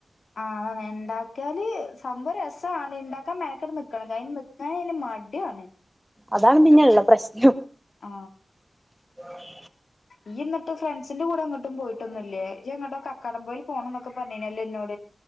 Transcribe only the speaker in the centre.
അതാണ് പിന്നെയു ള്ള പ്രശ്നം
ആഹ് <inaudible>